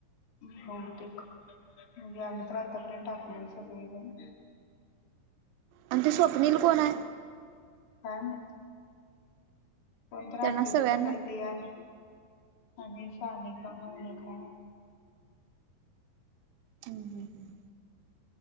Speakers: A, on the left; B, on the right.
A: भौतेक म्हणजे आम्ही तर आतापर्यंत टाकलो सगळेजण.
B: आणि ते स्वप्नील कोण आहे?
A: काय मा कोणत तर असिस्टंट
B: त्यांना सगळ्यांना
A: आहे ते याला आणि सानिका म्हणून एक हाय.
B: हम्म हम्म हम्म.